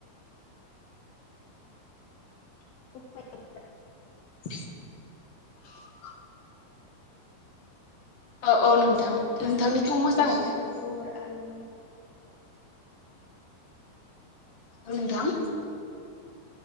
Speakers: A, on the left (about 65°); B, on the left (about 45°).
A: <unintelligible>
B: <unintelligible> औ औ नोंथां
A: गामसा गोथां
B: नोंथांनिखौ मोजां
A: गस्ला गुफुर आर'नाइफोरजों
B: औ नोंथां